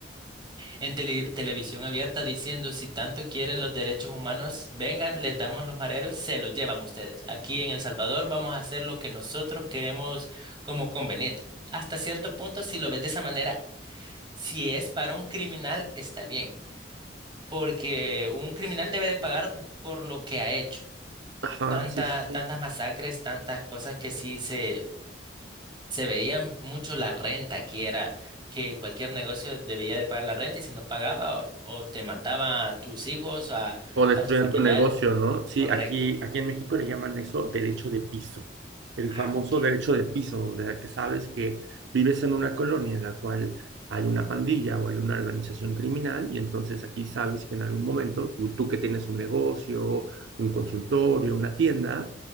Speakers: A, on the right; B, on the right.
A: en tele- televisión abierta diciendo si tanto quieren los derechos humanos, vengan, les damos los mareros y se los llevan ustedes. Aquí en El Salvador vamos a hacer lo que nosotros creemos como conveniente. Hasta cierto punto, si lo ves de esa manera, si es para un criminal, está bien, porque un criminal debe de pagar por lo que ha hecho.
B: Ajá,
A: Tanta,
B: sí, sí, sí.
A: tantas masacres, tantas cosas que sí se, se veían mucho la renta, aquí era que cualquier negocio debía de pagar la renta y si no pagaba o, o te mataba a tus hijos, a,
B: O destruyen
A: a tus familiares.
B: tu negocio, ¿no? Sí,
A: Correcto.
B: aquí, aquí en México le llaman eso derecho de piso, el
A: Ah,
B: famoso
A: ok.
B: derecho de piso, de la que sabes que vives en una colonia en la cual hay una pandilla o hay una organización criminal y entonces aquí sabes que en algún momento tú, tú que tienes un negocio, un consultorio, una tienda,